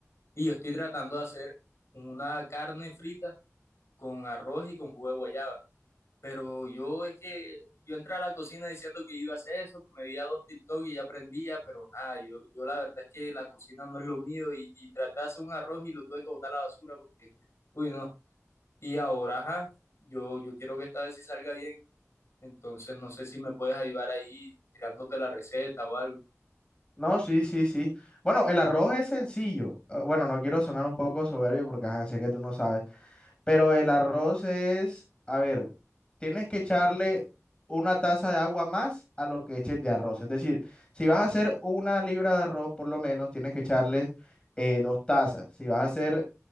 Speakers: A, on the left; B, on the left.
A: Y yo estoy tratando de hacer una carne frita con arroz y con jugo de guayaba. Pero yo es que yo entré a la cocina diciendo que iba a hacer eso, que me veía dos TikTok y ya aprendía, pero nada, yo, yo la verdad es que la cocina no es lo mío y, y traté de hacer un arroz y lo tuve que botar a la basura porque, uy, no. Y ahora, ajá, yo, yo quiero que esta vez sí salga bien. Entonces, no sé si me puedes ayudar ahí tirándote la receta o algo.
B: No, sí, sí, sí. Bueno, el arroz es sencillo. Ah, Bueno, no quiero sonar un poco soberbio porque ajá, sé que tú no sabes. Pero el arroz es, a ver, tienes que echarle una taza de agua más a lo que eches de arroz. Es decir, si vas a hacer una libra de arroz, por lo menos, tienes que echarle eh, dos tazas. Si vas a hacer